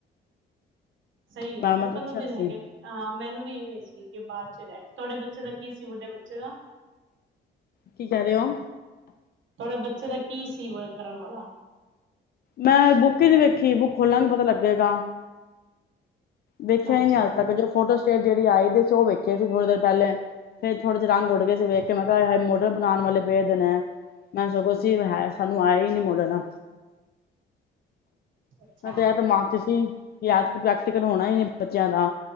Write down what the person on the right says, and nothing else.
ਸਹੀ ਏ,
ਫਿਰ
ਪੰਦਰਾਂ
ਦਿਨ
ਹੈਗੇ। ਅਹ ਮੈਨੂੰ ਵੀ ਇਵੇਂ ਸੀ ਕਿ ਬਾਅਦ 'ਚ' ਰਹਿ ਤੁਹਾਡੇ ਬੱਚੇ ਦਾ ਕੀ ਸੀ ਵੱਡੇ ਬੱਚੇ ਦਾ।
ਤੁਹਾਡੇ ਬੱਚੇ ਦਾ ਕੀ ਸੀ, ਵਰਕ ਕਰਨ ਵਾਲਾ‌।
ਅੱਛਾ
ਅੱਛਾ